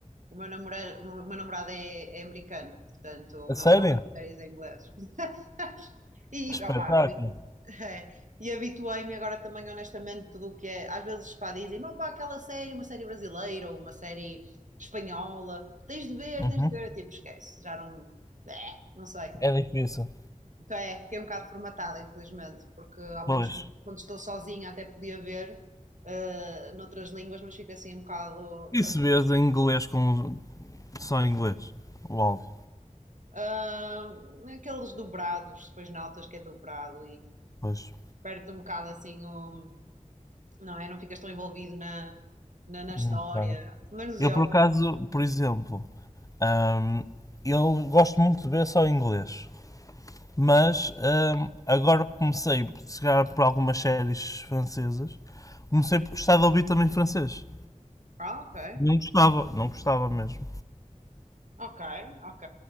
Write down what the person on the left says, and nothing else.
a
sério?
Espetáculo.
Uhum.
É difícil.
Pois.
E se vês em inglês com só em inglês? O áudio.
Pois.
Não
está. né?
Eu
por acaso, por exemplo, ahm, eu gosto muito de ver só em inglês. Mas hum, agora comecei, a calhar por algumas séries francesas, comecei por gostar de ouvir também francês.
Não gostava, não gostava mesmo.